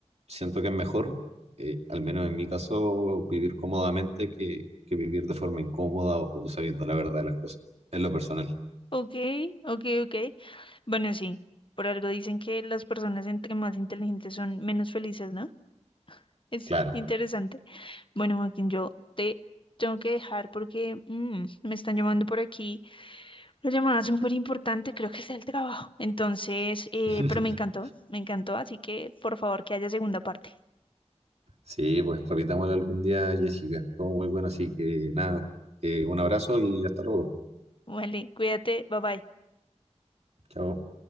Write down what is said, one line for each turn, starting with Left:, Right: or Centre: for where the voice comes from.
Right: siento que es mejor, eh, al menos en mi caso, vivir cómodamente que, que vivir de forma incómoda o sabiendo la verdad de las cosas, en lo personal.
Left: Ok, ok, ok. Bueno, sí, por algo dicen que las personas entre más inteligentes son menos felices, ¿no? Es
Right: Claro.
Left: interesante. Bueno, Joaquín, yo te tengo que dejar porque mm, me están llamando por aquí. Una llamada súper importante, creo que es el trabajo. Entonces, eh,
Right: <laughs>
Left: pero me encantó, me encantó, así que por favor que haya segunda parte.
Right: Sí, pues repitámoslo algún día, Jessica. Todo muy bueno, así que nada, eh, un abrazo y hasta luego.
Left: Vale, cuídate, bye bye.
Right: Chao.